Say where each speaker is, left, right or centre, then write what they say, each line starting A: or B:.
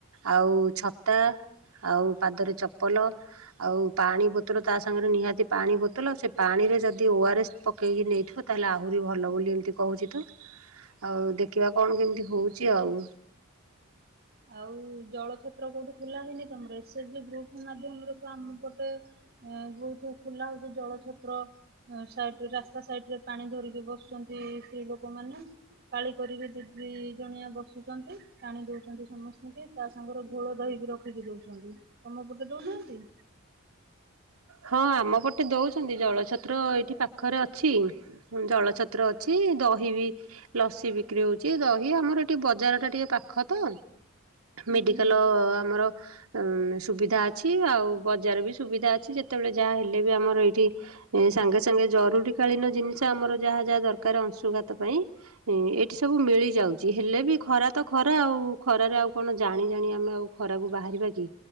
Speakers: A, on the right; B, on the right.
A: ଆଉ ଛତା ଆଉ ପାଦରେ ଚପଲ ଆଉ ପାଣି ବୋତଲ ତା ସାଙ୍ଗରେ ନିହାତି ପାଣି ବୋତଲ ସେ ପାଣିରେ ଯଦି ଓ ଆର୍ଏସ୍ ପକେଇକି ନେଇଥିବ ତାହେଲେ ଆହୁରି ଭଲ ବୋଲି ଏମିତି କହୁଛି ତ ଆଉ ଦେଖିବା କଣ କେମିତି? ହଉଛି ଆଉ।
B: ଆଉ ଜଳ ଛତ୍ର କୋଉଠି ଖୋଲା ହେଇନି ତମର ଏସ ଏଚଜି ଗ୍ରୁପ ମାଧ୍ୟମରେ ତ ଆମ ପଟେ ବହୁତ ଖୋଲା ହଉଛି ଜଳ ଛତ୍ର ସାଇ ରାସ୍ତା ସାଇଡରେ ପାଣି ଧରିକି ବସୁଛନ୍ତି ସ୍ତ୍ରୀ ଲୋକମାନେ ପାଳି କରିକି ଦି ଦି ଜଣିଆ ବସୁଛନ୍ତି ପାଣି ଦଉ ସମସ୍ତେ କି ତା ସାଙ୍ଗର ଘୋଳ ଦହିକି ରଖିକି ଦଉଛନ୍ତି ତମ ପଟେ ଦଉନାହାନ୍ତି?
A: ହଁ ଆମ ପଟେ ଦଉଛି। <inaudible> ଜଳ ଛତ୍ର ଏଇଠି ପାଖରେ ଅଛି ଜଳଛତ୍ର ଅଛି ଦହି ବି ଲସି ବିକ୍ରି ହଉଛି ଦହି ଆମର ଏଠି ବଜାରଟା ଟିକେ ପାଖ ତ
B: ହୁଁ
A: ମେଡିକାଲ
B: ହୁଁ।
A: ଆମର ଉଁ ସୁବିଧା ଅଛି ଆଉ ବଜାର ବି ସୁବିଧା ଅଛି ଯେ ଯେତେବେଳେ ଯାହା ହେଲେ ବି ଆମର ଏଇଠି ସାଙ୍ଗେସାଙ୍ଗେ ଜରୁରୀ କାଳୀନ ଜିନିଷ ଆମର ଯାହା ଯାହା ଦରକାର ଅଂଶୁଘାତ ପାଇଁ ଏଇଠି ସବୁ ମିଳିଯାଉଛି ହେଲେ ବି ଖରା ତ ଖରା ଆଉ ଖରାରେ ଆଉ କଣ ଜାଣି ଜାଣି ଆମେ ଆଉ ଖରାକୁ ବାହାରିବା କି,